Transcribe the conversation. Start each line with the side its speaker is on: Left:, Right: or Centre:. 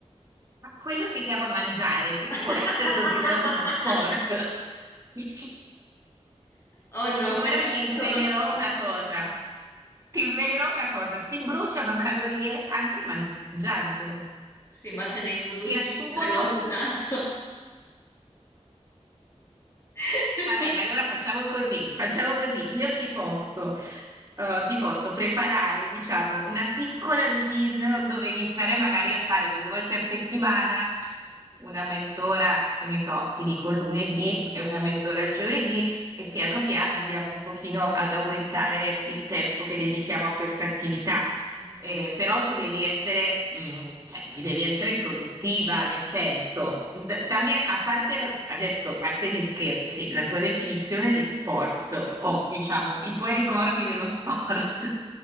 Right: Ma quello si chiama mangiare, che
Left: <laughs>
Right: può essere considerato uno sport. <laughs>
Left: Oh no,
Right: Ora
Left: pensavo
Right: ti
Left: fosse
Right: svelerò
Left: uno spot.
Right: una cosa. Ti svelerò una cosa, si bruciano calorie anche mangiando,
Left: Sì, ma se ne introduci
Right: si assumono.
Left: tre volte tanto. <laughs>
Right: Va bene, allora facciamo così, facciamo così. Io ti posso, eh, ti posso preparare, diciamo, una piccola routine dove iniziare magari a fare due volte a settimana, una mezz'ora, che ne so, ti dico il lunedì e una mezz'ora il giovedì e piano piano andiamo un pochino ad aumentare il tempo che dedichiamo a questa attività.
Left: Ok,
Right: Eh, però tu devi essere, mm, cioè, devi essere produttiva, nel senso, d- dammi, a parte la- adesso, a parte gli scherzi, la tua definizione di sport
Left: sì.
Right: o diciamo i tuoi ricordi dello sport, <laughs>